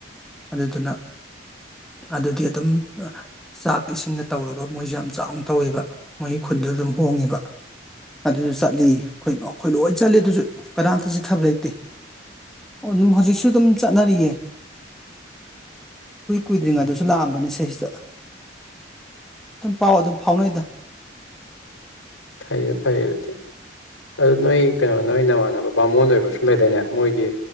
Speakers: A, in the centre; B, on the left.
A: ꯑꯗꯨꯗꯨꯅ ꯑꯗꯨꯗꯤ ꯑꯗꯨꯝ ꯆꯥꯛ ꯏꯁꯤꯡꯒ ꯇꯧꯔꯒ ꯃꯣꯏꯁꯨ ꯌꯥꯝ ꯆꯥꯎꯅ ꯇꯧꯋꯦꯕ ꯃꯣꯏꯒꯤ ꯈꯨꯟꯗꯨꯗ ꯑꯗꯨꯝ ꯍꯣꯡꯉꯦꯕ ꯑꯗꯨꯁꯨ ꯆꯠꯂꯤ ꯑꯩꯈꯣꯏ ꯑꯩꯈꯣꯏ ꯂꯣꯏ ꯆꯠꯂꯤ ꯑꯗꯨꯁꯨ ꯀꯅꯥꯝꯇ ꯆꯤꯠꯊꯕ ꯂꯩꯇꯦ ꯑꯗꯨꯝ ꯍꯧꯖꯤꯛꯁꯨ ꯑꯗꯨꯝ ꯆꯠꯅꯔꯤꯌꯦ ꯏꯀꯨꯏ ꯀꯨꯏꯗ꯭ꯔꯤꯉꯩꯗꯁꯨ
B: ꯎꯝ
A: ꯂꯥꯛꯑꯝꯕꯅꯤ ꯁꯤꯗꯩꯁꯤꯗ ꯑꯗꯨꯝ ꯄꯥꯎ ꯑꯗꯨꯝ ꯐꯥꯎꯅꯩꯗ
B: ꯐꯩꯌꯦ ꯐꯩꯌꯦ‌ ꯑꯗꯨꯗꯤ ꯑꯗꯨ ꯅꯣꯏ
A: ꯎꯝ
B: ꯀꯩꯅꯣ ꯅꯣꯏ ꯅꯃꯥꯟꯅꯕ ꯕꯥꯃꯣꯟ ꯑꯣꯏꯕꯁꯨ ꯂꯩꯗꯥꯏꯅꯦ ꯃꯣꯏꯗꯤ